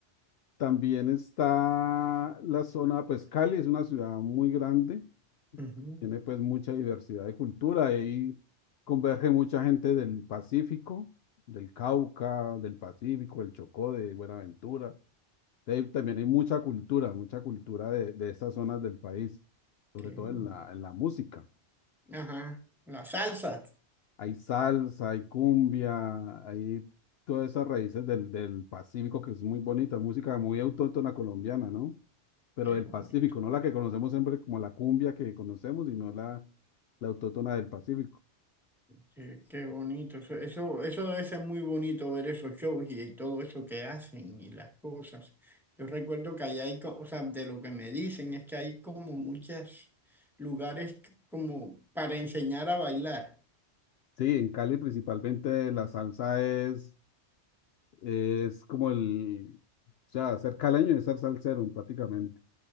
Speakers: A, on the left; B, in the centre.
A: También está la zona, pues Cali es una ciudad muy grande,
B: Ujú,
A: Tiene pues mucha diversidad de cultura. y Ahí converge mucha gente del Pacífico, del Cauca, del Pacífico, del Chocó, de Buenaventura. De ahí también hay mucha cultura, mucha cultura de, de estas zonas del país, sobre
B: qué
A: todo
B: bien.
A: en la, en la música.
B: Ajá, la salsa.
A: Hay salsa, hay cumbia, hay todas esas raíces del, del Pacífico que es muy bonita, música muy autóctona colombiana, ¿no? Pero
B: Qué
A: del
B: bonito.
A: Pacífico, no la que conocemos siempre como la cumbia que conocemos, sino la, la autóctona del Pacífico.
B: Qué, qué bonito, eso, eso, eso debe ser muy bonito ver esos shows y, y todo eso que hacen y las cosas. Yo recuerdo que allá hay, co- o sea, de lo que me dicen es que hay como muchos lugares c- como para enseñar a bailar,
A: Sí, en Cali principalmente la salsa es, es como el, o sea, ser caleño es ser salsero prácticamente.